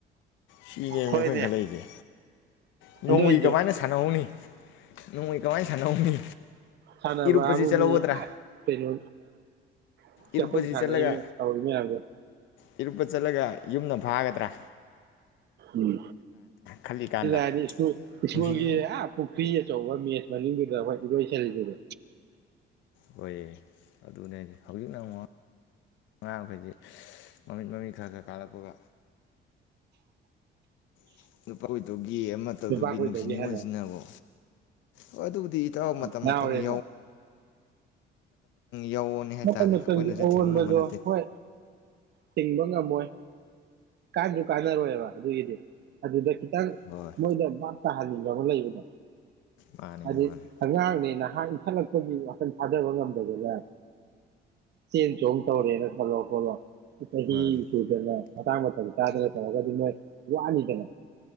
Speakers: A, on the left (about 85°); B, on the right (about 65°).
A: ꯁꯤꯅꯦꯃꯤ
B: ꯍꯣꯏꯅꯦ
A: ꯑꯩꯈꯣꯏ ꯈꯜꯂꯛ ꯏꯖꯦ ꯅꯣꯡꯃꯩ
B: ꯑꯗꯨ ꯑꯣꯏꯁꯨ
A: ꯀꯃꯥꯏꯅ ꯁꯥꯟꯅꯍꯧꯅꯤ ꯅꯣꯡꯃꯩ ꯀꯃꯥꯏꯅ ꯁꯥꯟꯅꯍꯧꯅꯤ
B: ꯁꯥꯟꯅꯕ
A: ꯏꯔꯨꯞꯄꯁꯤ
B: ꯍꯥꯏꯕꯨ
A: ꯆꯠꯍꯧꯒꯗ꯭ꯔꯥ
B: ꯃꯤ ꯀꯩꯅꯣ ꯑꯩꯈꯣꯏꯅ
A: ꯏꯔꯨꯞꯄꯁꯤ
B: ꯁꯥꯟꯅꯔꯤꯕ
A: ꯆꯠꯂꯒ
B: ꯇꯧꯔꯤ ꯃꯌꯥꯝꯁꯦ
A: ꯏꯔꯨꯞꯄ ꯆꯠꯂꯒ ꯌꯨꯝꯅ ꯐꯥꯒ ꯗ꯭ꯔ
B: ꯎꯝ
A: ꯈꯜꯂꯤꯀꯥꯟꯗ
B: ꯑꯩꯁꯨ ꯁꯀ꯭ꯨꯜꯒꯤ
A: ꯅꯨꯡꯁꯤ ꯅꯤꯉꯣꯟ
B: ꯑ ꯄꯨꯈ꯭ꯔꯤ ꯑꯆꯧꯕ ꯃꯦꯠꯆ ꯃꯅꯨꯡꯗꯨꯗ ꯑꯩꯈꯣꯏ ꯏꯔꯣꯏꯁꯤꯜꯂꯤꯅꯦ
A: ꯑꯣꯏꯌꯦ ꯑꯗꯨꯅꯦ ꯍꯧꯖꯤꯛꯅ ꯑꯃꯨꯛ ꯃꯉꯥꯡ ꯃꯈꯩꯁꯤ ꯃꯃꯤꯠ ꯃꯃꯤꯠ ꯈꯔ ꯈꯔ ꯀꯥꯜꯂꯛꯄꯒ <unintelligible> ꯇꯧꯗꯨꯒꯤ
B: ꯅꯨꯄꯥ ꯀꯣꯏꯗꯧꯒꯤ
A: ꯅꯨꯡꯁꯤ ꯅꯤꯉꯣꯟꯁꯤꯅꯕꯣ
B: ꯍꯥꯟꯅ
A: ꯍꯣꯏ ꯑꯗꯨꯕꯨꯗꯤ ꯏꯇꯥꯎ ꯃꯇꯝ
B: ꯉꯥꯎꯔꯦ
A: ꯃꯇꯝꯒꯤ
B: ꯃꯣꯏ
A: ꯌꯥꯎꯅꯤ ꯍꯥꯏꯇꯥꯔꯦ
B: ꯃꯇꯝ ꯃꯇꯝꯒꯤ
A: ꯑꯩꯈꯣꯏꯅꯁꯨ
B: ꯑꯑꯣꯟꯕꯗꯣ
A: ꯊꯤꯡꯕ ꯉꯝꯕ ꯅꯠꯇꯦ
B: ꯍꯣꯏ ꯊꯤꯡꯕ ꯉꯝꯃꯣꯏ ꯀꯥꯟꯁꯨ ꯀꯥꯟꯅꯔꯣꯏꯕ ꯑꯗꯨꯒꯤꯗꯤ ꯑꯗꯨꯗ ꯈꯤꯇꯪ
A: ꯍꯣꯏ
B: ꯃꯣꯏꯅ ꯚꯥꯞ ꯇꯥꯍꯟꯅꯤꯡꯕ ꯑꯃ ꯂꯩꯕꯗ
A: ꯃꯥꯅꯤ
B: ꯍꯥꯏꯗꯤ
A: ꯃꯥꯅꯤ
B: ꯑꯉꯥꯡꯅꯦ ꯅꯍꯥꯛ ꯈꯂꯛꯄꯒꯤ ꯋꯥꯈꯜ ꯊꯥꯖꯕ ꯉꯝꯗꯗꯅꯦ ꯆꯦꯟ ꯆꯣꯡ ꯇꯧꯔꯦꯅ ꯈꯜꯂꯛ ꯈꯣꯠꯂꯣ ꯆꯍꯤ
A: ꯃꯥꯅꯤ
B: ꯁꯨꯗꯅ <unintelligible> ꯃꯥꯡ <unintelligible> ꯇꯧꯔꯒꯗꯤ ꯃꯧ ꯋꯥꯅꯤꯗꯅ